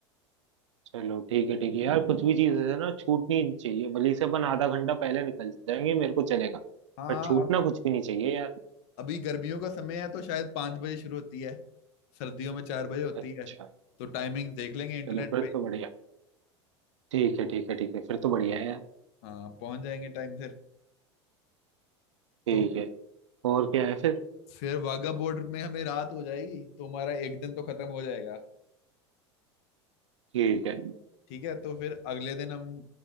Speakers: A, on the right; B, on the left.
A: चलो ठीक है ठीक है यार कुछ भी चीज है ना छूटनी चाहिए भले से अपन आधा घंटा पहले निकल जाएंगे मेरे को चलेगा
B: हाँ
A: पर छूटना
B: हाँ अब
A: कुछ भी नहीं चाहिए यार
B: अभी गर्मियों का समय है तो शायद पाँच बजे शुरू होती है सर्दियों में चार बजे होती
A: अच्छा
B: है तो टाइमिंग देख लेंगे इंटरनेट
A: चलो फिर
B: पे
A: तो बढ़िया ठीक है ठीक है ठीक है फिर तो बढ़िया है यार
B: हाँ पहुंच जाएंगे टाइम से
A: ठीक
B: तो
A: है और क्या है फिर
B: फिर वाघा बॉर्डर में हमें रात हो जाएगी तो हमारा एक दिन तो खत्म हो जाएगा
A: ठीक है
B: ठीक है तो फिर अगले दिन हम